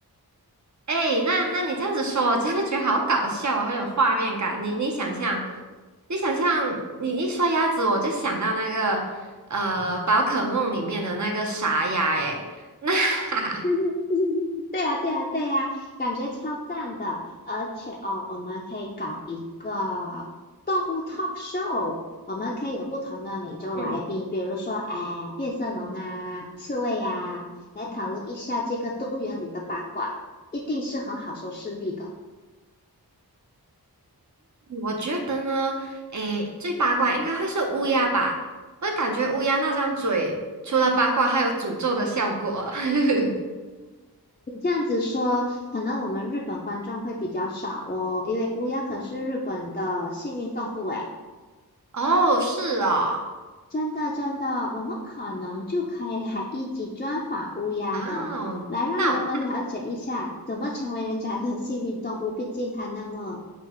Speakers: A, on the right (about 45°); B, on the left (about 25°).
A: 哎，那那你这样子说，我真的觉得好搞笑啊，好有画面感。你你想象，你想象，你一说鸭子，我就想到那个呃，宝可梦里面的那个傻鸭。哎，那 <laughs> 哈哈，
B: <laughs> 对对对对呀，对呀，对呀，感觉超赞的。而且哦，我们可以搞一个动物 talk show，我们可以有不同的美洲来宾，
A: <laughs> 嗯，
B: 比如说，哎，变色龙啊，刺猬啊，来讨论一下这个动物园里的八卦，一定是很好收视率的。
A: 我觉得呢，哎，最八卦应该会是乌鸦吧？我感觉乌鸦那张嘴除了八卦，还有诅咒的效果。<laughs>
B: 你这样子说，可能我们日本观众会比较少哦，因为乌鸦可是日本的幸运动物诶。
A: 哦，是哦，
B: 真的，真的，我们可能就可以来一起专访乌鸦的，
A: 哦，
B: 来让人们了解一下怎么成为人家的幸运动物。
A: 那我
B: 毕竟它那么